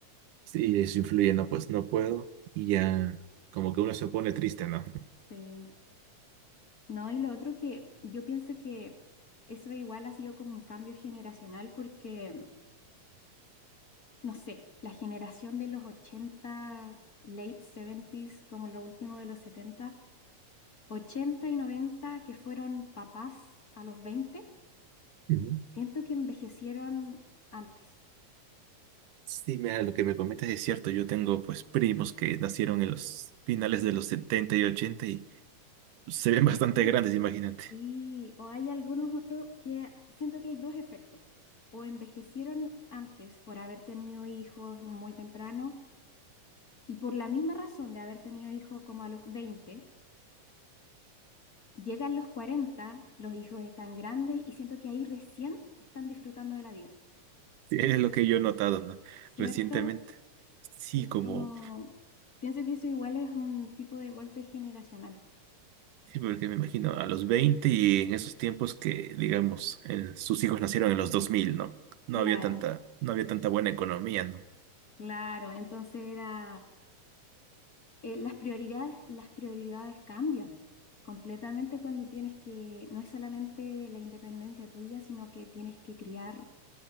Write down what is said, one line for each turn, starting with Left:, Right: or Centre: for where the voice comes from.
Right: Sí, eso influye, no, pues no puedo. Y ya, como que uno se pone triste, ¿no?
Left: Sí, no, y lo otro que yo pienso que eso igual ha sido como un cambio generacional porque, no sé, la generación de los ochenta late seventies como lo último de los setenta 80 y noventa que fueron papás a los veinte
Right: Ujú.
Left: siento que envejecieron antes.
Right: Sí, mira, lo que me comentas es cierto. Yo tengo, pues, primos que nacieron en los finales de los 70 y 80 y se ven bastante
Left: Ah,
Right: grandes, imagínate.
Left: Sí, o hay algunos otros que siento que hay dos efectos. O envejecieron antes por haber tenido hijos muy temprano Y por la misma razón de haber tenido hijos como a los 20, llegan los 40, los hijos están grandes y siento que ahí recién están disfrutando de la vida,
Right: Sí, es lo que yo he notado, ¿no?
Left: ¿cierto?
Right: Recientemente. Sí,
Left: Es
Right: como,
Left: como, pienso que eso igual es un tipo de golpe generacional.
Right: sí, porque me imagino a los 20 y en esos tiempos que, digamos, el- sus hijos nacieron en los dos mil ¿no? No
Left: Claro,
Right: había tanta, no había tanta buena economía, ¿no?
Left: claro. Entonces era, eh, las prioridades, las prioridades cambian po, completamente cuando tienes que, no es solamente la independencia tuya, sino que tienes que criar